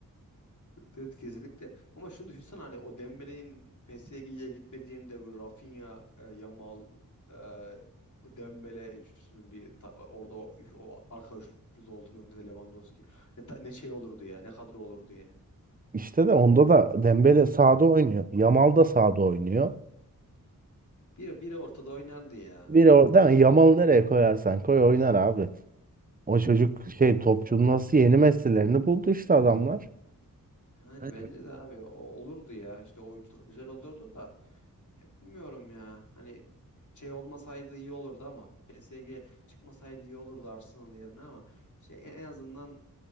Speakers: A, on the left (about 55°); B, on the right (about 25°).
A: Evet evet, kesinlikle. Ama şunu düşünsene hani o Dembele'nin PSG'ye gitmediğinde bu Rafinha, e, Yamal, e, Dembele üçlüsünün bir ta- orada o, o arka üçlü olduğunu önde de Lewandowski. Ne, ta- ne şey olurdu ya, ne kadro olurdu ya.
B: işte de onda da Dembele sağda oynuyor. Yamal da sağda oynuyor.
A: Biri, biri ortada oynardı ya.
B: Biri orada Yamal'ı nereye koyarsan koy oynar abi. O çocuk şey topçunun nasıl yeni meslelerini buldu işte adamlar.
A: Yani
B: Evet.
A: bence de abi o olurdu ya. İşte o üçlü güzel olurdu da e, bilmiyorum ya. Hani şey olmasaydı iyi olurdu ama PSG çıkmasaydı iyi olurdu Arsenal yerine ama şey en en azından